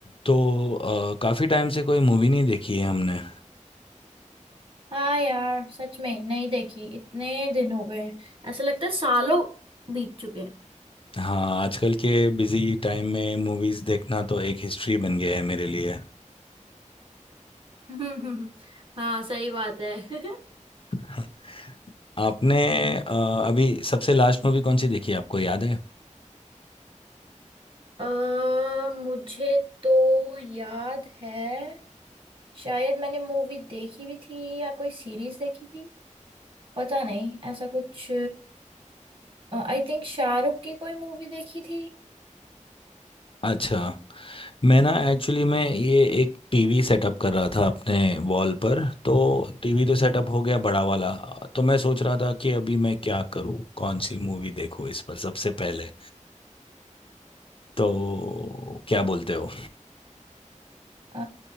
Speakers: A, on the left (about 45°); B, on the right (about 40°).
A: तो अ, काफी टाइम से कोई मूवी नहीं देखी है हमने
B: हाँ यार सच में नहीं देखी इतने दिन हो गए ऐसा लगता है सालों बीत चुके
A: हाँ आजकल के बिजी टाइम में मूवीज देखना तो एक हिस्ट्री बन गया है मेरे लिए
B: हैं <laughs> हाँ सही बात है <laughs>
A: हाँ। आपने अ, अभी सबसे लास्ट मूवी कौन सी देखी है आपको याद है
B: अ, मुझे तो याद है शायद मैंने मूवी देखी भी थी या कोई सीरीज देखी थी पता नहीं ऐसा कुछ आई थिंक शाहरुख की कोई मूवी देखी थी
A: अच्छा मैं ना एक्चुअली मैं ये एक टीवी सेटअप कर रहा था अपने वॉल पर तो टीवी तो सेटअप हो गया बड़ा वाला तो मैं सोच रहा था कि अभी मैं क्या करूँ कौन सी मूवी देखूँ इस पर सबसे पहले तो क्या बोलते हो
B: अ,